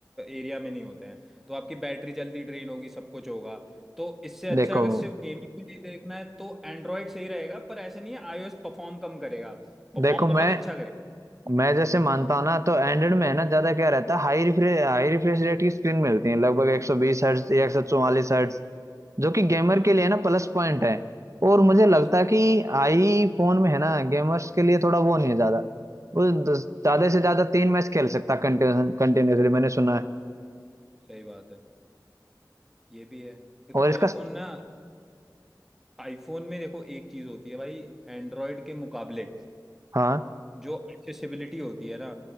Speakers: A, in the centre; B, on the right (about 45°).
A: एरिया में नहीं होते हैं तो आपकी बैटरी जल्दी ड्रेन होगी सब कुछ होगा तो इससे
B: देखो
A: अच्छा अगर सिर्फ गेमिंग के लिए देखना है तो एंड्रॉयड सही रहेगा पर ऐसा नहीं है iOS परफॉर्म कम करेगा परफॉर्म
B: देखो मैं
A: बहुत अच्छा करेगा
B: मैं जैसे मानता
A: हम्म
B: हूँ ना तो एंड्रॉइड में है ना ज्यादा क्या रहता है हाई रिफ्रेश हाई रिफ्रेश रेट की स्क्रीन मिलती है लगभग एक सौ बीस हर्ट्ज या एक सौ चौवालीस हर्ट्ज जो कि गेमर
A: हाँ
B: के लिए है ना प्लस पॉइंट है और मुझे लगता
A: प्लस पॉइंट
B: है कि आई फोन में है ना गेमर्स के लिए थोड़ा वो नहीं है ज्यादा वो दस- ज्यादा
A: हाँ
B: से ज्यादा तीन मैच खेल सकता कंटिन्यूसली मैंने सुना है
A: सही बात है ये भी है देखो
B: और इसका
A: आईफोन ना आईफोन में देखो एक चीज़ होती है भाई एंड्रॉयड के मुकाबले
B: हाँ
A: जो एक्सेसिबिलिटी होती है ना